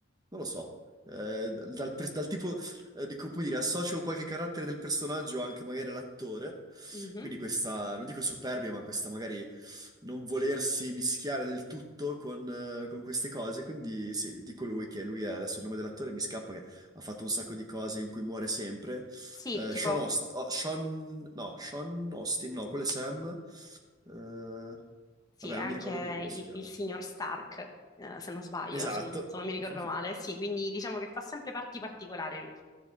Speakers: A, on the right; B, on the left.
A: non lo so, eh, dal, per- dal tipo, eh, dico, come dire, associo qualche carattere del personaggio anche magari all'attore,
B: Mhm.
A: quindi questa, non dico superbia, ma questa magari non volersi mischiare del tutto con, eh, con queste cose, quindi sì, dico lui che lui è, adesso il nome dell'attore mi scappa, che ha fatto un sacco di cose in cui muore sempre,
B: Sì,
A: eh,
B: tipo,
A: Sean Austin, no, Sean Austin, no, quello è Sam... eh,
B: sì,
A: Vabbè,
B: anche
A: non mi ricordo più come
B: i-
A: si chiama.
B: il, signor Stark, eh, se non sbaglio,
A: Esatto.
B: se non, se non mi ricordo
A: <laughs>
B: male. Sì, quindi diciamo che fa sempre parti particolari lui.